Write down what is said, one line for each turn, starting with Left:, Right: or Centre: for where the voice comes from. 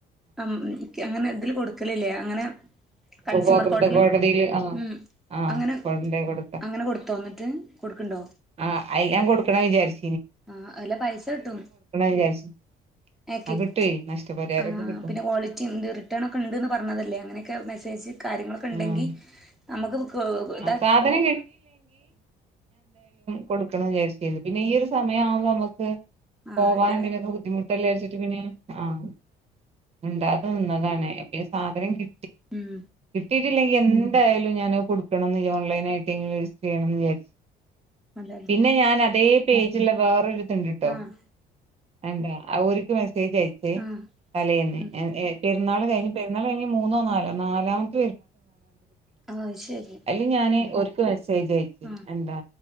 Centre: ആഹ് അങ്ങനെ എതില് കൊടുക്കലില്ലേ അങ്ങനെ
Right: അപ്പ
Centre: കൺസ്യൂമർ
Right: പോക്കുന്നത്
Centre: കോർട്ടില്
Right: കോടതിൽ ആ
Centre: ഉം
Right: ആഹ്
Centre: അങ്ങനെ
Right: കൊടു കൊടുക്ക
Centre: അങ്ങനെ കൊടുത്തോ എന്നിട്ട് കൊടുക്ക്ണ്ടോ
Right: ആ അ ഞാൻ കൊടുക്കണമെന്ന് വിചാരിച്ച
Centre: ആ അല്ല പൈസ കിട്ടും
Right: വിചാരിച്ചു
Centre: ആക്കറ്റ്
Right: ആഹ് കിട്ടുവേ നഷ്ടപരിഹാരൊക്കെ
Centre: ആ
Right: കിട്ടും
Centre: പിന്നെ ക്വാളിറ്റി ഉണ്ട് റിട്ടേൺ ഒക്കെ ഉണ്ട്ന്ന് പറഞ്ഞതല്ലേ അങ്ങനെയൊക്കെ മെസ്സേജ് അയ കാര്യങ്ങളൊക്കെ ഉണ്ടെങ്കി
Right: ആഹ്
Centre: നമുക്ക് ഇത്
Right: ആഹ് സാധനം കൊടുക്കണമെന്ന് വിചാരിച്ചിരുന്നു പിന്നെ ഈ ഒരു സമയം ആവുമ്പോ നമക്ക്
Centre: ആഹ്
Right: പോവാൻ
Centre: എന്റെ
Right: എന്തെങ്കിലുമൊക്കെ ബുദ്ധിമുട്ടല്ലേ അരിച ആഹ് മിണ്ടാതെ നിന്നതാണ് പിന്നെ സാധനം കി
Centre: ഉം
Right: കിട്ടിയിട്ടില്ലെങ്കി എന്തായാലും ഞാനത് കൊടുക്കണം എന്ന് വിചാ
Centre: അതെല്ലേ
Right: പിന്നെ ഞാൻ അതേ പേജില വേറൊരു <unintelligible>
Centre: ആഹ്
Right: എന്താ ഓരിക്കും മെസേ ജയച്ചേ
Centre: ആഹ്
Right: തലേന്ന്
Centre: ഉം
Right: പെരുന്നാള് ഇനി പെരുന്നാള് കഴിഞ്ഞ് മൂന്നോ നാലോ നാലാം <unintelligible>
Centre: ആഹ് അത് ശരി
Right: അതില് ഞാന്
Centre: ഉം
Right: ഓര്ക്ക് മെസ്സേജ് അയച്ചു
Centre: ആഹ്
Right: എന്താ